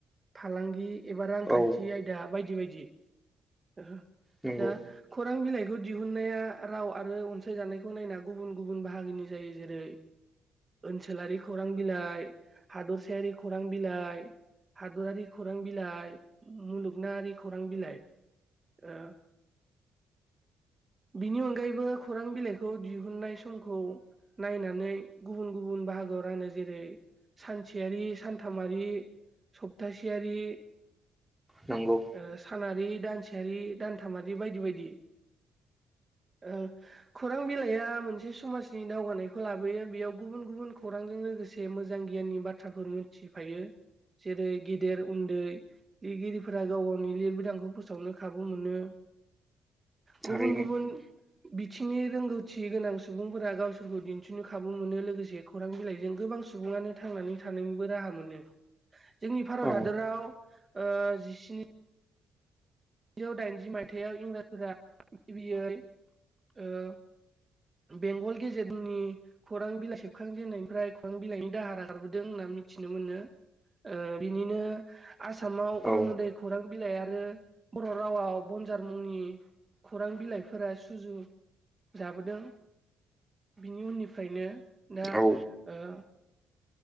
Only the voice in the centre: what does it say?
औ
नंगौ
नंगौ
थारैनो
औ
औ
औ